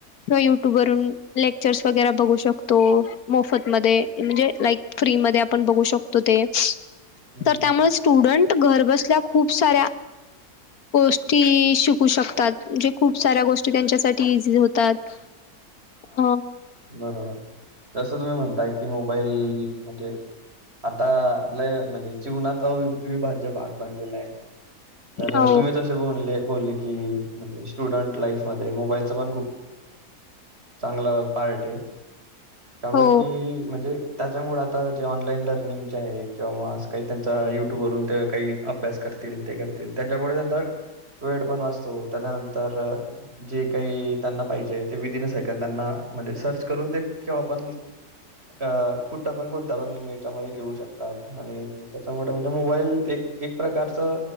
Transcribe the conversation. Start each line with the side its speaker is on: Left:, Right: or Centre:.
Left: किंवा युट्यूब वरून लेक्चर्स वगैरे बघू शकतो मोफत म म्हणजे लाईक फ्री म आपण बघू शकतो ते
Right: हं,
Left: तर
Right: हं.
Left: त्यामुळेच स्टूडेंट घरबसल्या खूप साऱ्या,, गोष्टी शिकू शकतात म्हणजे खूप साऱ्या गोष्टी त्यांच्यासाठी इझी होतात हा
Right: बरोबर जसं तुम्ही म्हणताय की मोबाईल म्हणजे आता लय म्हणजे जीवनात अविविभाज्य भाग बनलेला आहे तर
Left: हो
Right: तुम्ही तर बोले की म्हणजे स्टुडंट लाईफ मधे मोबाईलच पण खूप चांगलं पार्ट आहे काबर
Left: हो
Right: कि म्हणजे त्याच्यामुळे आता जे ऑनलाईन लर्निंग जे आहे किंवा अस काही त्यांचा युट्यूब वते काही अभ्यास करतील ते करतील त्याच्यामुळे त्यांचा वेळ पण वाचतो त्याच्यानंतर जे काही त्यांना पाहिजे ते विदिन सेकंड त्यांना म्हणजे सर्च करून ते आपण अ कुठं पण कोणता पण याच्यामध्ये घेऊ शकतात आणि त्याच्यामुळे म्हणजे मोबाईल एक एक प्रकारच